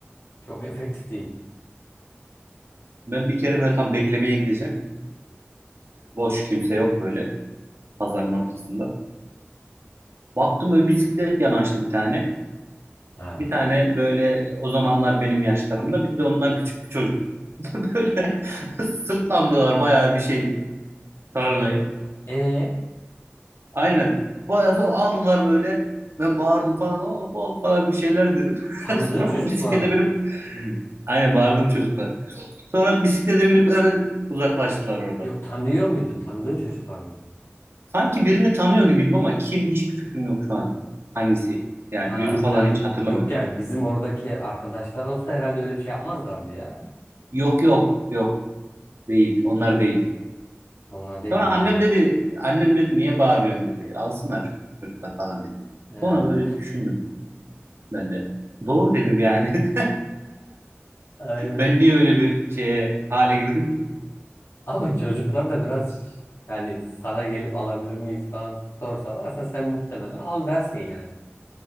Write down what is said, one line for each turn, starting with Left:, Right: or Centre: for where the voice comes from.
Left: çok efektif değil.
Right: ben bir kere böyle tam beklemeye gideceğim. Boş kimse yok böyle pazarın ortasında. Baktım böyle bisiklet yanaştı bir tane.
Left: Ha.
Right: Bir tane böyle o zamanlar benim yaşlarımda bir de ondan küçük bir çocuk. <laughs> Böyle <laughs> sırtlandılar bayağı bir şeyi. Tarhanayı.
Left: E
Right: Aynen. Bayağı sonra aldılar böyle. Ben bağırdım falan. "Hop, hop" falan bir şeyler dedim.
Left: tanıdığın
Right: <laughs> Sonra
Left: çocuklar
Right: bisiklete
Left: mı?
Right: binip aynen bağırdım çocuklar. Sonra bisiklete binip hemen uzaklaştılar oradan.
Left: Yok tanıyor muydun? Tanıdığın çocuklar mıydı?
Right: Sanki birini tanıyor gibiydim ama kim hiçbir fikrim yok şu an. Hangisi? Yani
Left: Ha
Right: yüzü falan
Left: yani
Right: hiç hatırlamıyorum
Left: yok yani
Right: yani.
Left: bizim oradaki arkadaşlar olsa herhalde öyle bir şey yapmazlardı ya.
Right: Yok yok yok değil. Onlar değil.
Left: Onlar değiller
Right: Sonra annem
Left: ha.
Right: dedi annem dedi niye bağırıyorsun dedi. Alsınlar çocuklar falan dedi.
Left: Ha.
Right: Sonra böyle düşündüm ben de. Doğru dedim yani. <laughs>
Left: Aynen.
Right: Ben niye öyle bir şeye hale girdim ki?
Left: Ama çocuklar da biraz yani sana gelip alabilir miyiz falan sorsalar aslında sen muhtemelen al dersin yani.